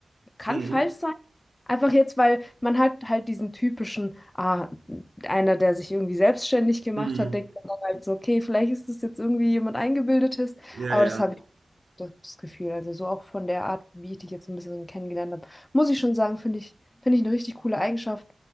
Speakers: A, on the left; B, on the right.
A: kann
B: Mhm.
A: falsch sein. Einfach jetzt, weil man halt halt diesen typischen, ah, einer, der sich irgendwie selbstständig gemacht
B: Mhm.
A: hat, denkt man dann halt so, okay, vielleicht ist das jetzt irgendwie jemand Eingebildetes,
B: Ja,
A: aber
B: ja.
A: das habe ich das das Gefühl, also so auch von der Art, wie ich dich jetzt ein bisschen kennengelernt habe, muss ich schon sagen, finde ich, finde ich eine richtig coole Eigenschaft,